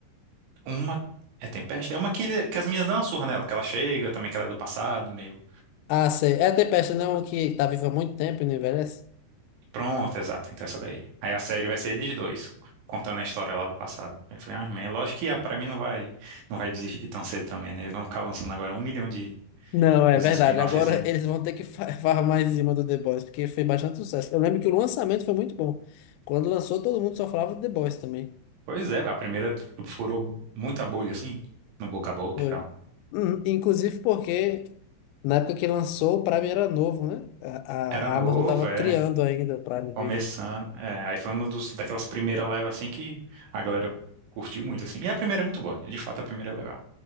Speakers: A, on the right (about 90°); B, on the left (about 85°).
A: Uma. É Tempeste? É uma que, ele- que as meninas dão uma surra nela, que ela chega, também que ela é do passado, meio.
B: Ah, sei. É a Tempesta, não, que tá viva há muito tempo e não envelhece?
A: Pronto, exato. Então essa daí. Aí a série vai ser eles dois, contando a história lá do passado. Aí Eu falei, ah, man, lógico que ah, pra mim não vai, não vai desistir tão cedo também, né? Eles vão ficar lançando agora um milhão de
B: Não, é
A: dos
B: verdade.
A: spin-offzinhos.
B: Agora <laughs> eles vão ter que fa- <laughs> farmar em cima do The Boys, porque foi bastante sucesso. Eu lembro que o lançamento foi muito bom. Quando lançou, todo mundo só falava do The Boys também.
A: Pois é, a primeira furou muita bolha, assim, no boca a boca
B: Foi.
A: e tal.
B: Hum, Inclusive porque na época que lançou, o Prime era novo, né? A,
A: Era novo,
B: a- a Amazon tava
A: é.
B: criando ainda o Prime Video.
A: Começando. É, aí foi uma dos, daquelas primeiras levas assim que a galera curtiu muito, assim. E a primeira é muito boa. De fato, a primeira é legal.